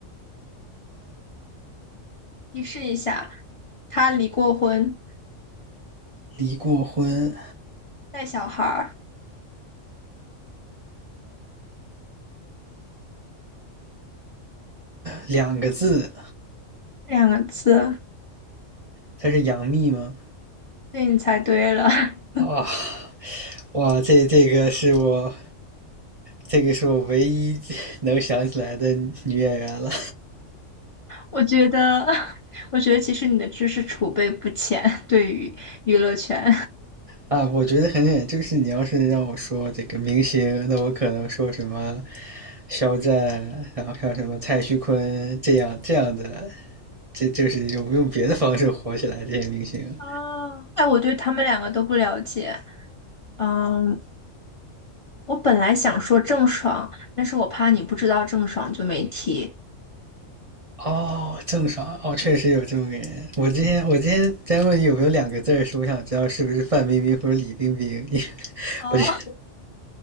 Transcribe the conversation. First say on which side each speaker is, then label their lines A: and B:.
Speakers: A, on the left; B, on the right.
A: 提示一下，他离过婚，
B: 离过婚，
A: 带小孩儿，
B: 两个字。
A: 两个字，
B: 他是杨幂吗？
A: 对你猜对了。<laughs>
B: 啊，哇，这这个是我，这个是我唯一能想起来的女演员了。
A: 我觉得，<laughs> 我觉得其实你的知识储备不浅，对于娱乐圈。
B: 啊，我觉得很简就是你要是让我说这个明星，那我可能说什么肖战，然后像什么蔡徐坤这样这样的，这就是用用别的方式火起来这些明星。
A: <laughs> 哦，哎，我对他们两个都不了解。嗯，我本来想说郑爽，但是我怕你不知道郑爽，就没提。
B: 哦，郑爽，哦，确实有这么个人。我今天我今天在问你有没有两个字儿，是我想知道是不是范冰冰或者李冰冰，<laughs> 因为
A: 哦，
B: 我觉得